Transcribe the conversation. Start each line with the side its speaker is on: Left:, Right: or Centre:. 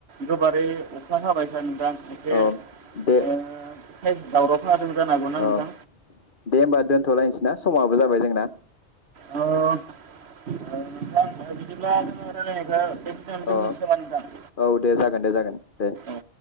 Right: गोबारै अखा हाबाय सो नोंथां। एसे
Left: औ
Right: ओह
Left: दे
Right: हैद दावराव। खोनादों जानो हागौना नोंथां
Left: औ दे होमबा दोनथ'लायनोसै ना समाबो जाबाय जोंना।
Right: औ औ। नोंथां बिदिब्ला जोङो रायलायनायखौ बेखिनायावना दोनथ'नोसै
Left: अ
Right: नामा नोंथां
Left: औ दे जागोन दे जागोन दे
Right: औ।